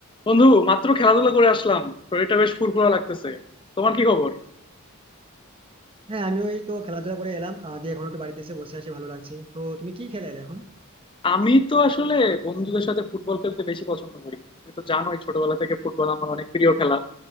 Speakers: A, on the left (about 25°); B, on the right (about 25°).
A: বন্ধু মাত্র খেলাধুলা করে আসলাম শরীরটা বেশ ফুরফুরা লাগতেছে তোমার কি খবর
B: হ্যাঁ আমি ওই তো খেলাধুলা করে এলাম আহ, দিয়ে এখন একটু বাড়িতে এসে বসে আছি ভালো লাগছে তো তুমি কি খেলে এলে এখন
A: আমি তো আসলে বন্ধুদের সাথে ফুটবল খেলতে বেশি পছন্দ করি তুমি তো জানোই ছোটবেলা থেকে ফুটবল আমার অনেক প্রিয় খেলা